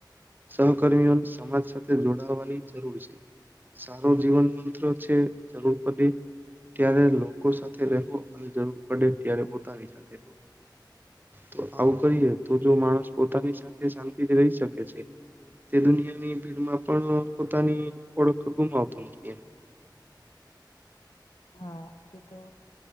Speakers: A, on the right; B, on the left.
A: સહકર્મીઓને સમાજ સાથે જોડાવાની જરૂર છે. સારો જીવન મંત્ર છે. જરૂર <unintelligible> ત્યારે લોકો સાથે રેહવુ અને જરૂર પડે ત્યારે પોતાની <inaudible> <inaudible> તો આવું કરીએ તો જો માણસ પોતાની સાથે શાંતિથી રહી શકે છે. તે દુનિયાની ભીડમાં પણ પોતાની ઓળખ ગુમાવતો નથી એમ.
B: હા, એ તો